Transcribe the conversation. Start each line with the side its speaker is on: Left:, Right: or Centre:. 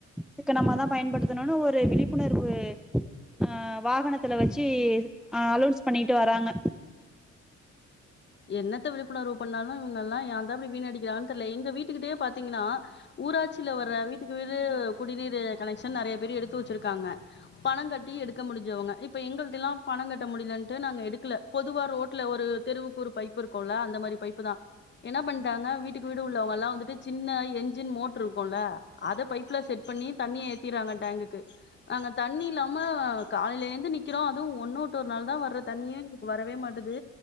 Centre: சிக்கனமாதா பயன்படுத்தனோன்னு ஒரு விழிப்புணர்வு ஆ வாகனத்துல வச்சு ஆ அலவுன்ஸ் பண்ணிட்டு வராங்க
Left: என்னத்த விழிப்புணர்வு பண்ணாலு இவங்களா ஏந்தா இப்டி வீணடிக்கிறாங்கனு தெர்ல எ எங்க வீட்டுக்கிட்டயே பாத்தீங்கன்னா ஊராட்சியில வர வீட்டுக்கு வீடு குடிநீரு கனெக்ஷன் நறய பேர் எடுத்து வெச்சுருக்காங்க பணங்கட்டி எடுக்க முடிஞ்சவங்க இப்ப எங்களுதுலா பணங்கட்ட முடியலன்ட்டு நாங்க எடுக்கல பொதுவா ரோட்ல ஒரு தெருவுக்கு ஒரு பைப்பு இருக்கோல்ல அந்த மாரி பைப்பு தா என்ன பண்ணிட்டாங்க வீட்டுக்கு வீடு உள்ளவங்கல்லா வந்துட்டு சின்ன என்ஜின் மோட்டரு இருக்கோல அத பைப்ல செட் பண்ணி தண்ணிய ஏத்திறாங்க டேங்குக்கு நாங்க தண்ணில்லா மா காலையில இருந்து நிக் க்கிறோ அதுவு ஒன்னு விட்டு ஒரு நாள் தா வர்ற தண்ணியே எங்களுக்கு வரவே மாட்டுது